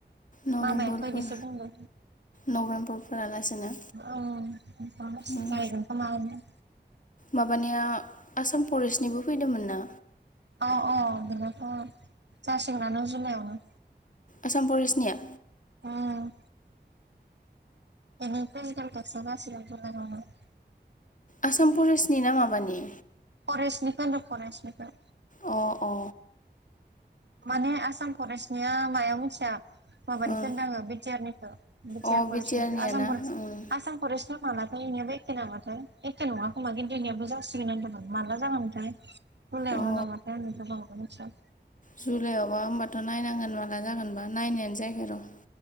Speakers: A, on the left; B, on the right.
A: नभेम्बरफोर
B: मामायाथ इदिसो बुंदों।
A: नभेम्बरफोरालासेनो
B: औ <unintelligible>
A: उम
B: जाहैगोन खोमा होनदों।
A: माबानिया आसाम फरेस्टनिबो फैदोंमोन ना।
B: औ औ बेनोथ' जासिगोननानो जुलाइआवनो।
A: आसाम पुलिसनिया?
B: उम। इनि फिजिकेल टेस्टा जासिगोन <unintelligible>
A: आसाम परेस्टनि ना माबानि
B: फरेस्टनिखो होनदों फरेस्टनिखौ।
A: अ अ
B: माने आसाम फरेस्टनिया मायाव मिथिया माबानिखौ
A: ओं
B: होनदोङो बिटि आर निखौ। बिटि
A: अ
B: आर फरेस्टनिखो
A: बिटिआरनिया
B: आसाम
A: ना
B: फरे
A: उम
B: आसाम फरेस्ट मालाथाय इनियाबो एखे नामाथाय एखे नङा खोमा खिन्थु इनियाबो जासिगोन होनदोंमोन माला जागोनथाय। जुलायावनो
A: अ
B: नामाथाय <unintelligible> मिथिया।
A: जुलाइआवबा होमबाथ नायनांगोन माला जागोनबा नायनायानो जायखै र।